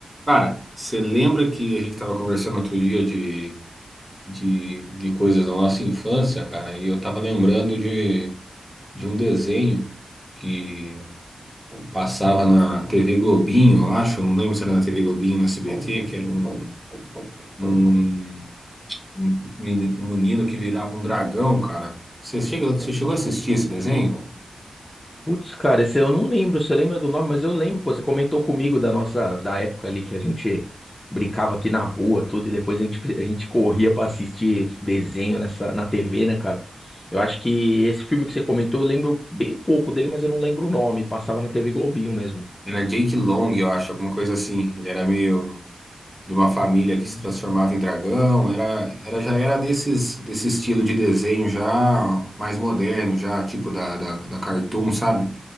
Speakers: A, in the centre; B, on the left (about 20°).
A: Cara, você lembra que a gente estava conversando outro dia de, de, de coisas da nossa infância, cara? E eu tava lembrando de, de um desenho que passava na TV Globinho, eu acho, não lembro se era na TV Globinho ou na SBT, que era um, um, um meni- um menino que virava um dragão, cara. Você chega, você chegou a assistir esse desenho?
B: Putz, cara, esse eu não lembro. Você lembra do nome? Mas eu lembro, pô. Você comentou comigo da nossa, da época ali que a gente brincava aqui na rua, tudo, e depois a gente, a gente corria pra assistir desenho nessa, na TV, né, cara? Eu acho que esse filme que você comentou, eu lembro bem pouco dele, mas eu não lembro o nome. Passava na TV Globinho mesmo.
A: Era Jake Long, eu acho, alguma coisa assim. Ele era meio de uma família
B: Hum.
A: que se transformava em dragão, era, era já era desses desse estilo de desenho já mais moderno, já tipo da, da, da Cartoon, sabe?